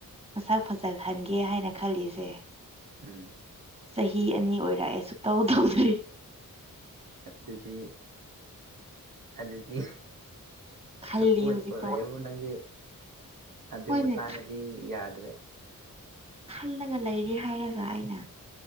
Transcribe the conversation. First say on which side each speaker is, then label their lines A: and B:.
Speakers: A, on the right; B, on the right.
A: ꯃꯁꯛ ꯐꯖꯍꯟꯒꯦ ꯍꯥꯏꯅ ꯈꯜꯂꯤꯁꯦ
B: ꯎꯝ
A: ꯆꯍꯤ ꯑꯅꯤ ꯑꯣꯏꯔꯛꯑꯦ ꯁꯨ ꯇꯧ ꯇꯧꯗ꯭ꯔꯤ
B: ꯑꯗꯨꯗꯤ ꯑꯗꯨꯗꯤ
A: ꯈꯜꯂꯤ
B: ꯁꯨꯛ ꯑꯣꯏ
A: ꯍꯧꯖꯤꯛꯐꯥꯎ
B: ꯑꯣꯏꯔꯣꯏꯕꯨ ꯅꯪꯁꯦ ꯑꯗꯨꯒꯤ
A: ꯍꯣꯏꯅꯦ
B: ꯃꯇꯥꯡꯗꯗꯤ ꯌꯥꯗ꯭ꯔꯦ
A: ꯈꯜꯂꯒ ꯂꯩꯔꯤ ꯍꯥꯏꯔꯒ ꯑꯩꯅ